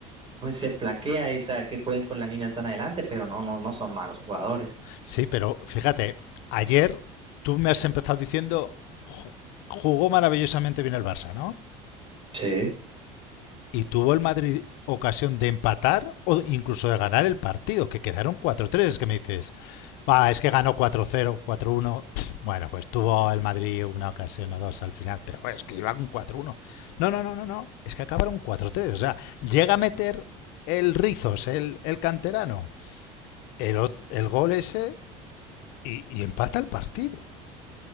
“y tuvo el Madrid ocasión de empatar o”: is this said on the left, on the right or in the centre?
Left